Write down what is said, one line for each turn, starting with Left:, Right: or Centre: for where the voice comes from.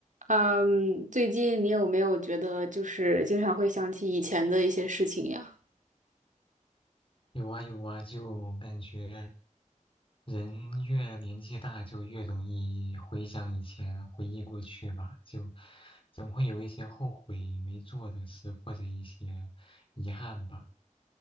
Right: 嗯，最近你有没有觉得就是经常会想起以前的一些事情呀？
Left: 有啊有啊，就感觉人越年纪大，就越容易回想以前，回忆过去吧，就总会有一些后悔没做的事，或者一些遗憾吧。